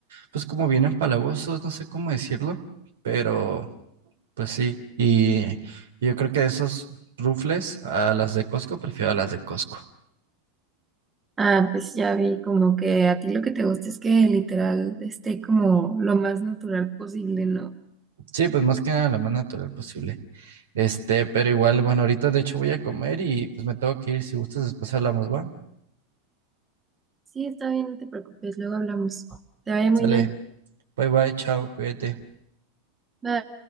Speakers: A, on the right; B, on the right.
A: pues como bien empalagosos, no sé cómo decirlo, pero... Pues sí, y yo creo que de esos rufles a las de Costco, prefiero a las de Costco.
B: Ah, pues ya vi como que a ti lo que te gusta es que literal esté como lo más natural posible, ¿no?
A: Sí, pues más que nada lo más natural posible. Este, pero igual, bueno, ahorita de hecho voy a comer y pues me tengo que ir. Si gustas, después hablamos, ¿va?
B: Sí, está bien, no te preocupes. Luego hablamos. Te vaya muy
A: Sale,
B: bien.
A: bye bye, chao, cuídate.
B: Bye.